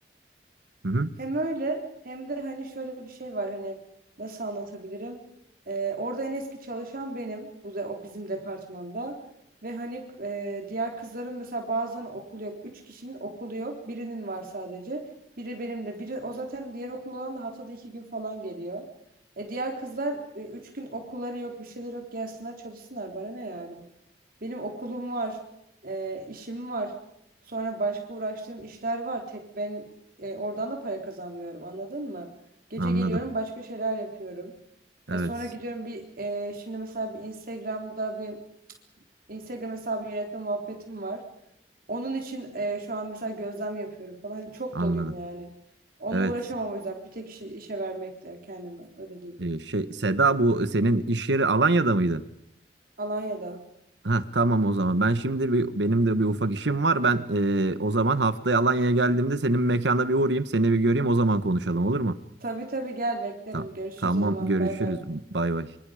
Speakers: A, on the right; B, on the right.
A: Hı hı,
B: Hem öyle hem de hani şöyle bir şey var hani nasıl anlatabilirim? Ee, orada en eski çalışan benim. Bu da o bizim departmanda. Ve hani e, diğer kızların mesela bazılarının okulu yok. Üç kişinin okulu yok. Birinin var sadece. Biri benim de. Biri o zaten diğer okul olan da haftada iki gün falan geliyor. E, diğer kızlar e, üç gün okulları yok, bir şeyleri yok. Gelsinler çalışsınlar bana ne yani? Benim okulum var, e, işim var. Sonra başka uğraştığım işler var. Tek ben e, oradan da para kazanmıyorum, anladın mı? Gece
A: anladım.
B: geliyorum başka şeyler yapıyorum.
A: Evet,
B: E, sonra gidiyorum bir e, şimdi mesela bir Instagram'da bir Instagram hesabı yönetme muhabbetim var. Onun için e, şu an mesela gözlem yapıyorum falan. Hani Çok
A: anladım.
B: doluyum yani. Onunla
A: Evet,
B: uğraşamam o yüzden bir tek işi, işe vermekle kendime öyle diyeyim.
A: e, şey Seda bu senin iş yeri Alanya'da mıydı?
B: Alanya'da.
A: Ha tamam o zaman. Ben şimdi bir benim de bir ufak işim var. Ben e, o zaman haftaya Alanya'ya geldiğimde senin mekana bir uğrayayım, seni bir göreyim. O zaman konuşalım olur mu?
B: Tabii tabii gel beklerim.
A: Tamam.
B: Görüşürüz
A: Tamam,
B: o zaman.
A: görüşürüz.
B: Bay bay.
A: Bay bay.